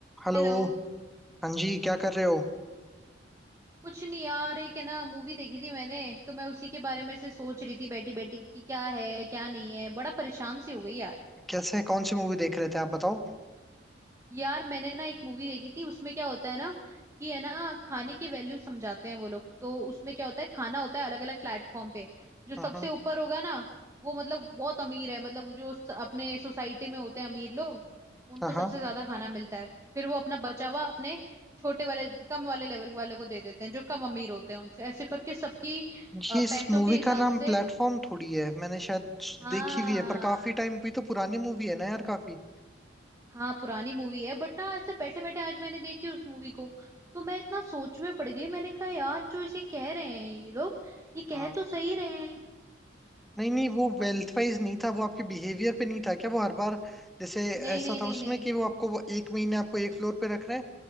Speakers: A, in the centre; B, on the right.
A: Hello
B: Hello
A: हाँ जी क्या कर रहे हो
B: कुछ नहीं यार एक है ना मूवी देखी थी मैंने तो मैं उसी के बारे में से सोच रही थी बैठी बैठी कि क्या है क्या नहीं है बड़ा परेशान सी हो गई यार
A: कैसे कौन सी मूवी देख रहे थे आप बताओ
B: यार मैंने ना एक मूवी देखी थी उसमें क्या होता है ना कि है ना खाने की वैल्यू समझाते हैं वो लोग तो उसमें क्या होता है खाना होता है अलग अलग प्लेटफॉर्म पे जो सबसे
A: हाँ हाँ
B: ऊपर होगा ना वो मतलब बहुत अमीर है मतलब जो स- अपने सोसाइटी में होते हैं अमीर लोग उनको
A: हाँ हाँ।
B: सबसे ज्यादा खाना मिलता है फिर वो अपना बचा हुआ अपने छोटे वाले कम वाले लेवल वाले को दे देते हैं जो कम अमीर होते हैं उनसे ऐसे करके सबकी अ,
A: ये इस
B: पैसों
A: मूवी
B: के हिसाब
A: का नाम
B: से
A: प्लेटफॉर्म थोड़ी है मैंने शायद
B: हाँ
A: देखी भी है पर काफी टाइम भी तो पुरानी मूवी है ना यार काफी
B: हाँ पुरानी मूवी है बट ना ऐसे बैठे बैठे आज मैंने देखी उस मूवी को तो मैं इतना सोच में पड़ गई मैंने कहा यार जो इसे कह रहे हैं ये लोग ये कह
A: हाँ।
B: तो सही रहे हैं
A: नहीं नहीं वो वेल्थ वाइज नहीं था वो आपके बिहेवियर पे नहीं था क्या वो हर बार जैसे
B: नहीं
A: ऐसा
B: नहीं नहीं
A: था उसमें
B: नहीं
A: कि वो आपको वो एक महीने आपको एक फ्लोर पे रख रहे हैं